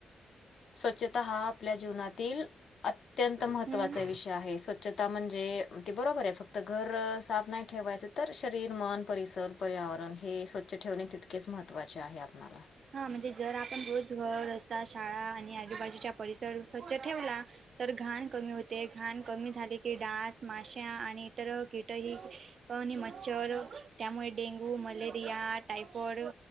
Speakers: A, on the left; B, on the right.
A: स्वच्छता हा आपल्या जीवनातील अत्यंत महत्त्वाचा
B: हम्म
A: विषय आहे स्वच्छता म्हणजे ती बरोबर आहे फक्त घर साफ नाही ठेवायचं तर शरीर, मन, परिसर पर्यावरण हे स्वच्छ ठेवणे तितकेच महत्त्वाचे आहे आपल्याला
B: हा म्हणजे जर आपण रोज घर, रस्ता, शाळा आणि आजूबाजूच्या परिसर स्वच्छ ठेवला तर घाण कमी होत ते घाण कमी झाले की डास, माशा आणि इतर कीटही पणी मच्छर त्यामुळे डेंगू, मलेरिया, टायफॉइड